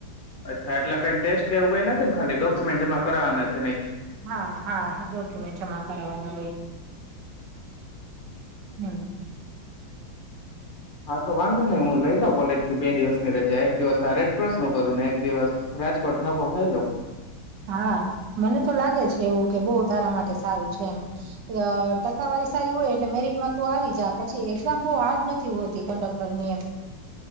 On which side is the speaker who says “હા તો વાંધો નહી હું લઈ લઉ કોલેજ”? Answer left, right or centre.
Left